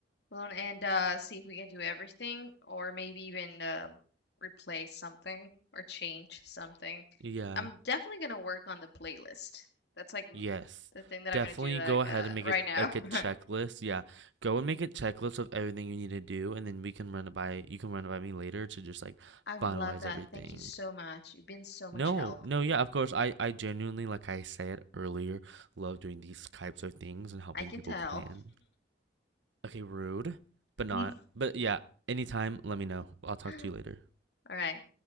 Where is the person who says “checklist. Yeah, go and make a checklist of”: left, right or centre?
Right